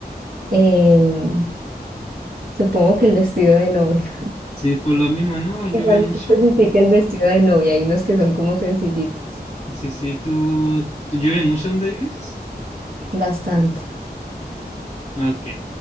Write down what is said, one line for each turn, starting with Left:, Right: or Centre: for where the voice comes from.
Right: Em, supongo que el vestido de novia.
Left: Sí, por lo mismo, ¿no? ¿Llueve
Right: Igual
Left: mucho?
Right: me especifica el vestido de novia y los que son como sencillitos.
Left: Sí, sí, ¿tú, tú llueve mucho donde vives?
Right: Bastante.
Left: Ok.